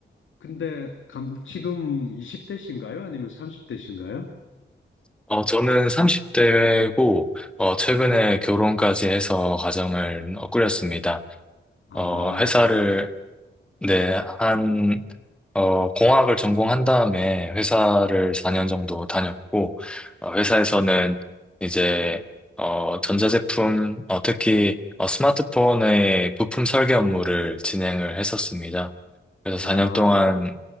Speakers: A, on the left (about 80°); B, in the centre.
A: 근데 감, 지금 20대신가요? 아니면 30대신가요?
B: 어, 저는 30대고 최근에 결혼까지 해서 가정을 어, 꾸렸습니다.
A: 아,
B: 어, 회사를
A: 예.
B: 네, 한, 어, 공학을 전공한 다음에 회사를 4년 정도 다녔고, 어, 회사에서는
A: 예.
B: 이제, 어, 전자제품, 어, 특히, 어, 스마트폰의 부품 설계 업무를 진행을 했었습니다. 그래서
A: 아,
B: 4년 동안